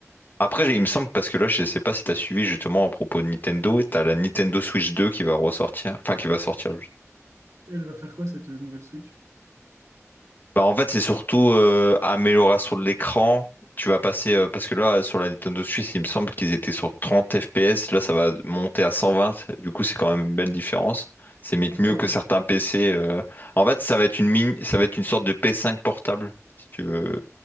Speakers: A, on the left; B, on the right.
A: Après, j'ai- il me semble parce que là, je sais pas si t'as suivi justement à propos de Nintendo, t'as la Nintendo Switch 2 qui va ressortir, enfin qui va sortir.
B: Et elle va faire quoi, cette euh, nouvelle Switch?
A: Bah en fait, c'est surtout euh, amélioration de l'écran. Tu vas passer, euh, parce que là, sur la Nintendo Switch, il me semble qu'ils étaient sur 30 FPS. Là, ça va monter à 120. Du coup, c'est quand même une belle différence. C'est limite
B: Ah bah
A: mieux
B: ouais,
A: que certains PC. euh. En fait, ça va être une mini, ça va être une sorte de p 5 portable, si tu veux.